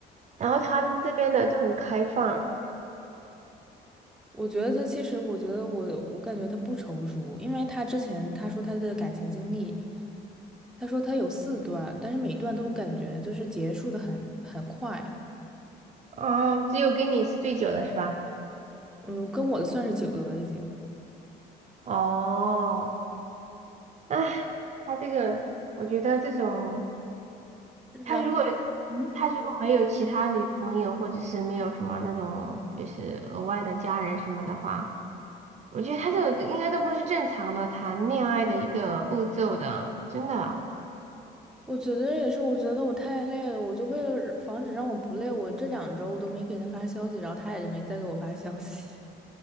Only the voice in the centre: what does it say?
我觉得他其实，我觉得我我感觉他不成熟，因为他之前他说他的感情经历，他说他有四段，但是每段都感觉就是结束的很很快，
嗯，跟我的算是久的了已经。
然后，嗯，
我觉得也是，我觉得我太累了，我就为了防止让我不累，我这两周我都没给他发消息，然后他也就没再给我发消息，